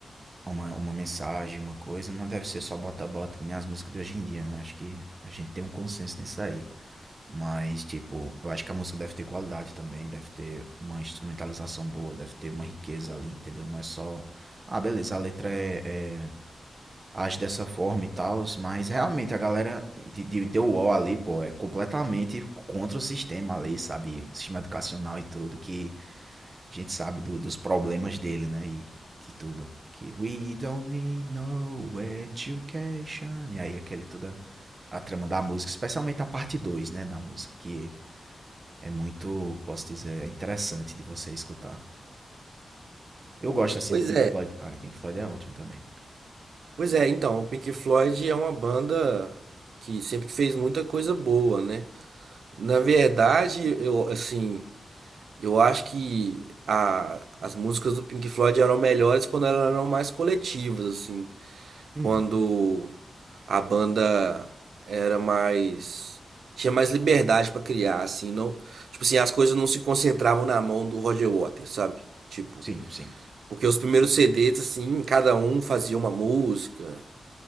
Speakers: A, on the right; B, on the right.
A: uma, uma mensagem, uma coisa. Não deve ser só bota-bota, que nem as músicas de hoje em dia, né? Acho que a gente tem um consenso nisso aí. Mas, tipo, eu acho que a música deve ter qualidade também, deve ter uma instrumentalização boa, deve ter uma riqueza ali, entendeu? Não é só. Ah, beleza, a letra é, é age dessa forma e tal, mas realmente a galera de, de The Wall ali, pô, é completamente contra o sistema ali, sabe? Sistema educacional e tudo, que a gente sabe do- dos problemas dele, né? E de tudo. Que we don't need no education. E aí aquele toda a trama da música, especialmente a parte 2, né, da música, que é muito, que posso dizer, é interessante de você escutar. Eu gosto assim
B: Pois
A: de Pink
B: é,
A: Floyd, cara. Pink Floyd é ótimo também.
B: pois é, então, o Pink Floyd é uma banda que sempre fez muita coisa boa, né? Na verdade, eu, assim, eu acho que a, as músicas do Pink Floyd eram melhores quando elas eram mais coletivas, assim.
A: Hum,
B: quando a banda era mais tinha mais liberdade pra criar, assim, não, tipo assim, as coisas não se concentravam na mão do Roger Waters, sabe? Tipo,
A: sim, sim.
B: porque os primeiros CDs assim, cada um fazia uma música